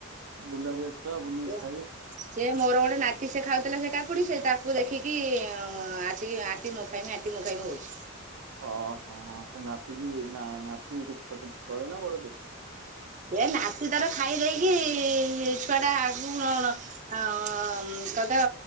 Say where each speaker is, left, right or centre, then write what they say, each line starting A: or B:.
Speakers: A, on the right; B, on the right.
A: ବୁଲାରିଆ ଛୁଆ ବୁଲିକି
B: ସିଏ
A: ଖାଇବେ।
B: ସେ ମୋର ଗୋଟେ ନାତି ସେ ଖାଉଥିଲା ସେ କାକୁଡି ସେ ତାକୁ ଦେଖିକି ଆସିକି ଆଣ୍ଟି ମୁଁ ଖା ଖାଇମି ଆଣ୍ଟି ମୁଖାମିହଉଛି।
A: ହଁ ହଁ ସେ ନାତିକି ନା ନାତି କେତେ ଛୋଟ ଛୁଆ ଟେ ନା ବଡ ଟେ?
B: ଏ ନାତି ତାର ଖାଇ ଦେଇକି ଛୁଆ ଟା ଆଗକୁ ନର ହଁ ତଦ